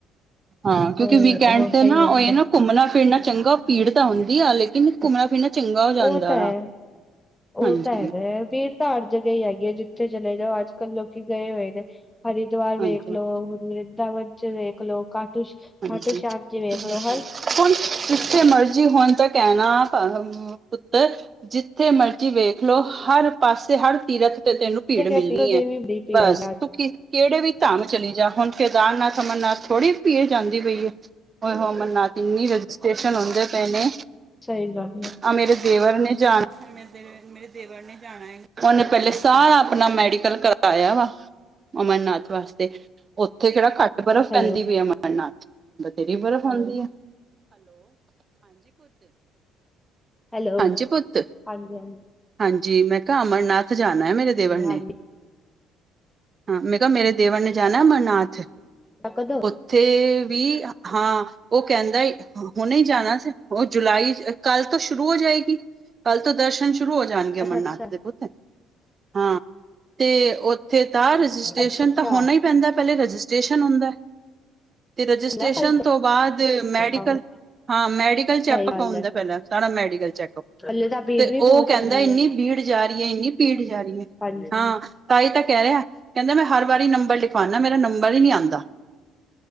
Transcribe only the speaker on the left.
ਤੇ
ਉਹ
ਸਹੀ
ਰਹਿੰਦਾ
ਉਹ ਹੈ
ਉਹ ਤਾਂ ਹੈਗਾ ਵੀੜ ਤਾਂ ਹਰ ਜਗਾ ਹੀ ਹੈਗੀ ਹੈ ਜਿੱਥੇ ਚਲੇ ਜਾਓ ਅੱਜ-ਕੱਲ੍ਹ ਲੋਕੀ ਗਏ ਹੋਏ ਨੇ ਹਰਿਦਵਾਰ ਵੇਖ
ਲੋ-ਵਰਿੰਦਾਵਨਜ ਵੇਖ ਲੋ-ਕਾਟੂਸ਼ਾਮ
ਖਾਟੂਸ਼ਾਮ ਚ ਵੇਖ
ਲੋ ਹਰ
ਜਗ੍ਹਾ
ਪੀਰੋ ਦੇਵੀ
ਬੜੀ ਭੀੜ
ਹੈਗੀ।
ਸਹੀ ਗੱਲ
ਹੈ
ਹੈਲੋ
ਹੈਲੋ
ਹਾਂਜੀ ਹਾਂਜੀ
ਹਾਂਜੀ
ਤਕਦ
ਅੱਛਾ ਅੱਛਾ
ਅੱਛਾ ਅੱਛਾ
ਨਾ ਕੱਲ
ਤੋਂ
ਸਹੀ ਗੱਲ
ਹੈ
ਹਲੇ ਤਾਂ ਭੀੜ
ਵੀ
ਬਹੁਤ
ਹੋਣੀ
ਹੈ
ਹਾਂਜੀ